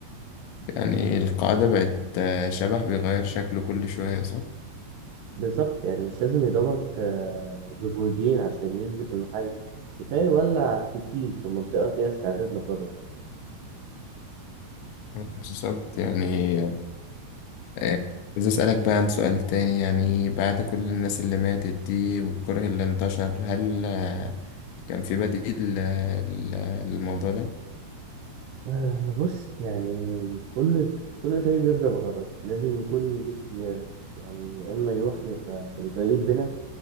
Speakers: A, on the left (about 85°); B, on the right (about 75°).
A: يعني القاعدة بقت آه، شبح بيغير شكله كل شوية صح؟
B: بالظبط يعني مش لازم يضربك آه، ببرجين عشان يثبت إنه حي كفاية يولع فتيل في منطقة فيها استعداد للغضب
A: بالظبط يعني آه، عايز أسألك بقى عن سؤال تاني يعني بعد كل الناس اللي ماتت دي والكره اللي انتشر هل آه، كان في بديل آه، ل- للموضوع ده؟
B: آه، بص يعني كل كل طريق بيبدأ بغضب لازم يكون ليه اختيار يعني يا إما يروح لط- لطريق البنا